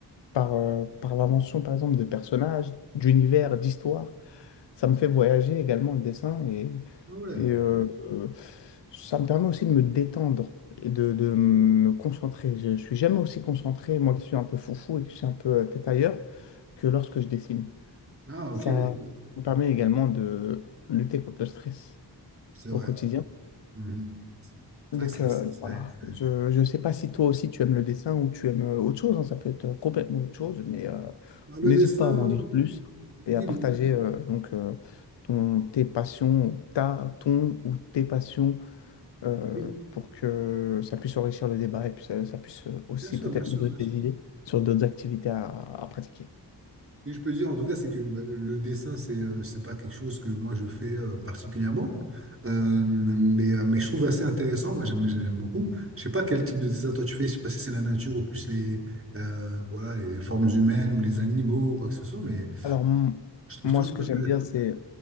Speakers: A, on the left; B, on the right.
A: par, euh, par l'invention, par exemple, de personnages, d'univers, d'histoires. Ça me fait voyager également le dessin et,
B: Ah ouais.
A: et, euh, euh, ça me permet aussi de me détendre et de, de me concentrer. Je, ne suis jamais aussi concentré, moi qui suis un peu foufou et qui suis un peu euh, tête ailleurs, que lorsque je dessine.
B: Ah ok,
A: Ça
B: ok.
A: me permet également de lutter contre le stress
B: C'est vrai.
A: au quotidien
B: Mhm. C'est
A: donc
B: vrai que ça,
A: euh,
B: ça-
A: voilà,
B: aide, ça aide.
A: je ne sais pas si toi aussi tu aimes le dessin ou tu aimes euh, autre chose, hein, ça peut être euh, complètement autre chose, mais euh,
B: Bah, le
A: n'hésite
B: dessin,
A: pas à m'en dire plus et
B: oui,
A: à partager
B: le-
A: euh, donc euh, ton, tes passions, ta, ton ou tes passions euh,
B: oui,
A: pour que ça puisse enrichir le débat et puis ça, ça puisse euh, aussi
B: bien sûr,
A: peut-être
B: bien sûr,
A: nous donner
B: bien
A: des
B: sûr.
A: idées sur d'autres activités à à pratiquer.
B: Oui, je peux dire, en tout cas, c'est que bah, le dessin, c'est euh, c'est pas quelque chose que moi je fais euh, particulièrement, Euh, mais, euh, mais je trouve assez intéressant. Moi, j'aime j'aime beaucoup. Je sais pas quel type de dessin toi tu fais. Je sais pas si c'est la nature ou plus les euh, voilà les formes humaines ou les animaux ou quoi que ce soit. Mais
A: Alors, m-
B: je trouve
A: moi,
B: toujours
A: ce que
B: ça intéressant.
A: j'aime bien, c'est